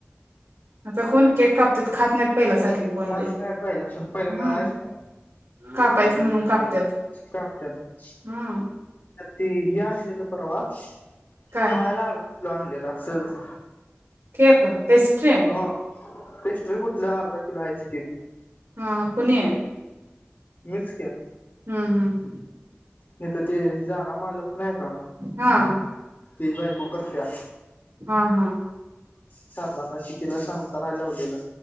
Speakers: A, on the right; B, on the left.
A: आता कोण केक कापतेत खात नाहीत.
B: खात
A: पहिल्यासारखी कोण लय
B: नाही पहिल्या पहिला मिळायच
A: हा
B: नाही.
A: कापायचं म्हणून कापत्यात
B: कापत्यात
A: हा
B: ते हि आणलेलं परवा
A: काय
B: खायला प्लो आणलेला सहज
A: केक? पेस्ट्री?
B: हो पेस्ट्री कुठलं अर्धा किलो आईस केक
A: हा कुनी
B: मिच कि
A: हम्म हम्म
B: नाईतं ते जागा मालक नाही का
A: हा
B: तेजी बायको करत्या
A: हा हा
B: शारदा काकी तीला सांगता बाहेर लावलेलं.